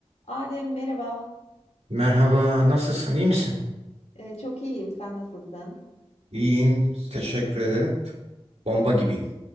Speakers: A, on the left; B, on the right.
A: Adem merhaba.
B: Merhaba, nasılsın? İyi misin?
A: Ee, çok iyiyim. Sen nasılsın?
B: İyiyim, teşekkür ederim. Bomba gibiyim.